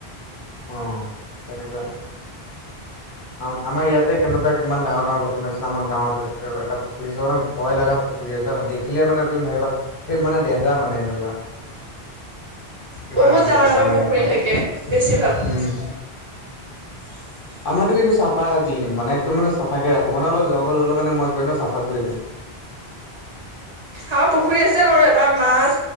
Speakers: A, on the left; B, on the right.
A: অঁ তেনেকা। আম আমাৰ ইয়াতে কেনেকুৱা কিমান ডাঙৰ ডাঙৰ ঘটনা আছিলে আমাৰ গাঁৱত এটা পুখুৰী মানে ভয় লগা পুখুৰী জানা দেখিলে মানে তুমি ভাবিবা সেই মানে যা মানে এনেকুৱা। কিবা
B: বহুত ডাঙৰ
A: দেখি
B: ডাঙৰ
A: পাই মানে
B: পুখুৰী
A: ভয়
B: থাকে
A: লাগে।
B: বেছি
A: উম
B: হয় <unintelligible>
A: আমাৰতো কিন্ত চাফা ক্লীন মানে একদম মানে চাফাকে ৰাখো মানে অলপ জংঘল হ'লে মানে মই গৈ ন চাফা কৰি দিওঁ। উ
B: আমাৰ পুখুৰী আছে বাৰু বাৰ মাছ